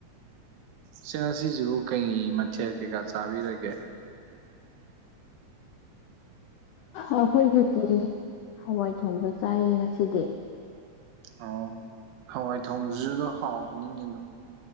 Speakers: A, on the right; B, on the left.
A: ꯁꯤꯅ ꯁꯤꯁꯤꯕꯨ ꯀꯩ ꯃꯊꯦꯜ ꯀꯩꯀꯥ ꯆꯥꯕꯤꯔꯒꯦ
B: ꯑꯩꯈꯣꯏꯒꯤꯗꯤ ꯍꯋꯥꯏ ꯊꯣꯡꯕ ꯆꯥꯏꯌꯦ ꯉꯁꯤꯗꯤ
A: ꯑꯣ ꯍꯋꯥꯏ ꯊꯣꯡꯁꯤ ꯑꯗꯨꯣ ꯍꯥꯎꯕꯅꯤꯅꯦ ꯑꯗꯨꯝ